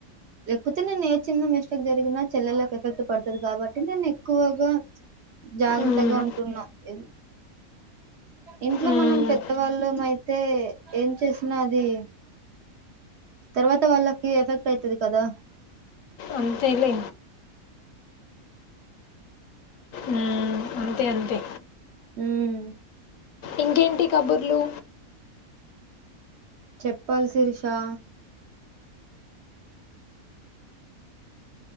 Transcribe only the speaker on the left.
మ్మ్.
మ్మ్.
అంతే లే ఉ అంతే అంతే
ఇంకేంటి కబుర్లు